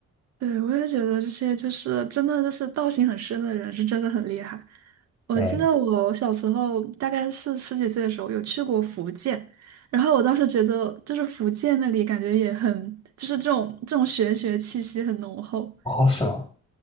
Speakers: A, on the right (about 60°); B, on the left (about 20°).
A: 对，我也觉得这些就是真的，就是道行很深的人是真的很厉害。我记得我小时候大概是十几岁的时候有去过福建，
B: 嗯，
A: 然后我当时觉得就是福建那里感觉也很，就是这种这种玄学气息很浓厚。
B: 哦，是吗？